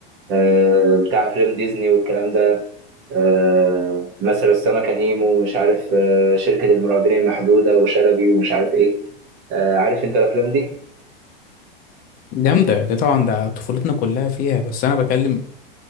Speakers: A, on the right; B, on the left.
A: آه، بتاع افلام ديزني والكلام ده آه، مثلا السمكه نيمو ومش عارف آه، شركه المرعبين المحدوده وشلبي ومش عارف ايه آه، عارف انت الافلام دي
B: جامدة دي طبعا ده طفولتنا كلها فيها بس انا بكلم